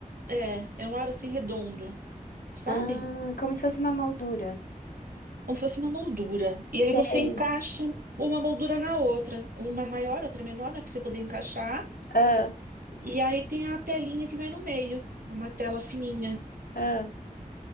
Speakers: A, on the right; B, on the left.
A: É, é um aro assim redondo, sabe?
B: Ah, como se fosse uma moldura.
A: Como se fosse uma moldura. E
B: Sei.
A: aí você encaixa uma moldura na outra. Uma é maior, outra é menor, né? Pra você poder encaixar.
B: Ah,
A: E aí tem a telinha que vai no meio. É uma tela fininha.
B: ah.